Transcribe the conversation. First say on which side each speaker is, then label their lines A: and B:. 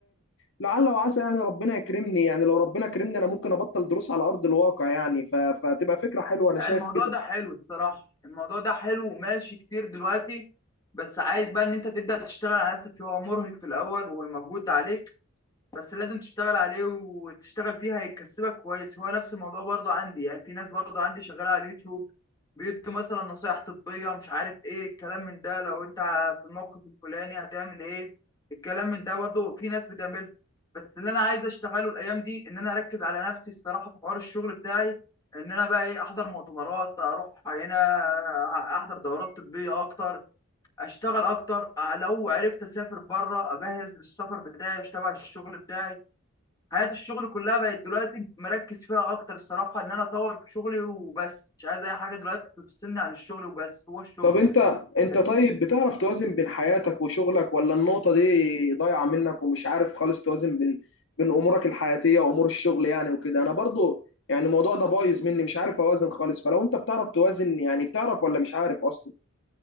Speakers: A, on the left; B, on the left.
A: لعل وعسى يعني ربنا يكرمني يعني لو ربنا كرمني انا ممكن ابطل دروس على ارض الواقع يعني ف... فتبقى فكرة حلوة انا
B: لا
A: شايف
B: الموضوع
A: كده
B: ده حلو الصراحة الموضوع ده حلو وماشي كتير دلوقتي بس عايز بقى ان انت تبدأ تشتغل على نفسك فيه هو مرهق في الاول ومجهود عليك بس لازم تشتغل عليه وتشتغل فيه هيكسبك كويس هو نفس الموضوع برضو عندي يعني في ناس برضو عندي شغالة على اليوتيوب بيدوا مثلا نصايح طبية مش عارف ايه الكلام من ده لو انت في الموقف الفلاني هتعمل ايه الكلام من ده برضو في ناس بتعمله بس اللي انا عايز اشتغله الايام دي ان انا اركز على نفسي الصراحة في حوار الشغل بتاعي ان انا بقى ايه احضر مؤتمرات اروح هنا احضر دورات طبية اكتر اشتغل اكتر لو عرفت اسافر بره اجهز للسفر بتاعي تبع الشغل بتاعي حياة الشغل كلها بقت دلوقتي مركز فيها اكتر الصراحة ان انا اطور في شغلي وبس مش عايز اي حاجة دلوقتي تفصلني عن الشغل وبس هو الشغل
A: طب انت انت
B: فاهمني
A: طيب بتعرف توازن بين حياتك وشغلك ولا النقطة دي ضايعة منك ومش عارف خالص توازن بين بين امورك الحياتية وامور الشغل يعني وكده انا برضو يعني الموضوع ده بايظ مني مش عارف اوازن خالص فلو انت بتعرف توازن يعني بتعرف ولا مش عارف اصلا